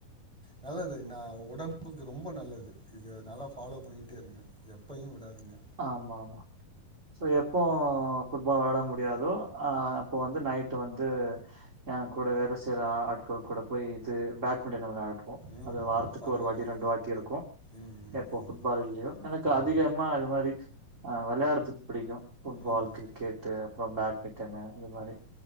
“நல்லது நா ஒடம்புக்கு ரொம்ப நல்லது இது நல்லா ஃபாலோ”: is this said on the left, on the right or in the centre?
Centre